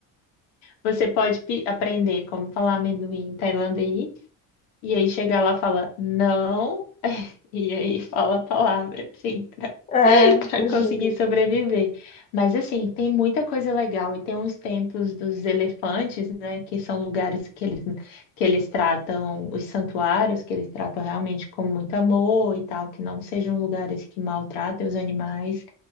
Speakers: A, on the left; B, on the left.
A: Você pode pi- aprender como falar amendoim em tailandês E aí chega lá e fala não, <laughs> e aí fala a palavra, assim, pra,
B: É,
A: <laughs> pra
B: pois
A: conseguir
B: é.
A: sobreviver. Mas assim, tem muita coisa legal e tem uns templos dos elefantes, né, que são lugares que eles, que eles tratam, os santuários, que eles tratam realmente com muito amor e tal, que não sejam lugares que maltratem os animais.